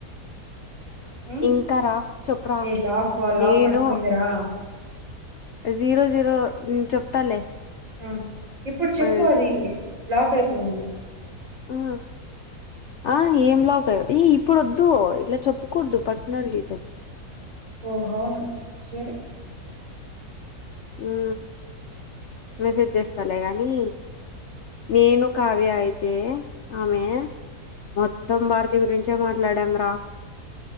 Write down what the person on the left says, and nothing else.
ఇంకా రా చెప్పురా
నేను
జీరో జీరో చెప్తాలే
నాకు
ఆ ఆ ఏంలాగా ఈ ఇప్పుడు వద్దు ఇ చెొప్పుకూడదు పర్సనల్ డీటల్స్
ఉ మెసేజ్ చేస్తాలే గానీ నేను కావ్య అయితే ఆమె మొత్తం భార్ థీ గురించే మాట్లాడాం రా